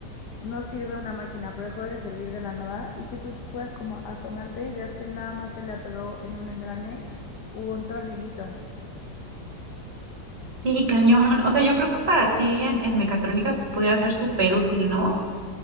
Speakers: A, on the left (about 65°); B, on the right (about 35°).
A: no sirve una máquina, pero dejó de servir de la nada y que tú puedas como asomarte y veas que nada más se le atoró en un engrane o un tornillito.
B: Sí, cañón. O sea, yo creo que para ti en, en mecatrónica podría ser súper útil, ¿no?